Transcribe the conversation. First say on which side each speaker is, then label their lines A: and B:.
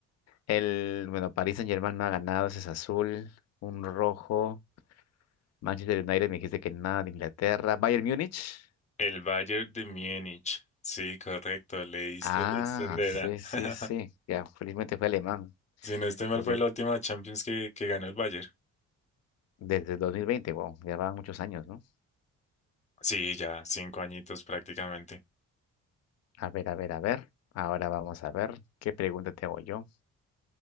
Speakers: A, on the left; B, on the left.
A: El, bueno, Paris Saint-Germain no ha ganado, ese es azul, un rojo. Manchester United me dijiste que nada de Inglaterra. Bayern Múnich.
B: El Bayern de Múnich. Sí, correcto, leíste,
A: Ah,
B: leíste donde
A: sí,
B: era.
A: sí,
B: <laughs>
A: sí. Ya, felizmente fue alemán.
B: Si no estoy mal,
A: lo
B: fue
A: que
B: la última Champions que, que ganó el Bayern.
A: desde el 2020, wow, ya van muchos años, ¿no?
B: Sí, ya, cinco añitos prácticamente.
A: A ver, a ver, a ver. Ahora vamos a ver qué pregunta te hago yo.